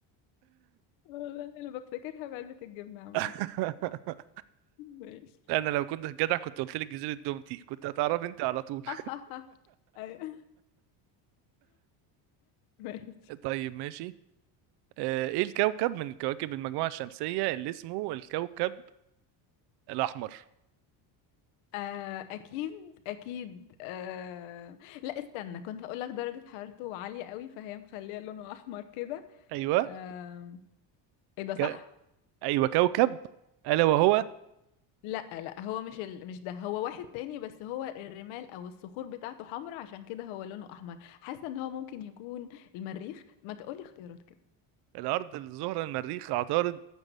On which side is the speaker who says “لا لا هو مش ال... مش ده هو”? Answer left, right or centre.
Left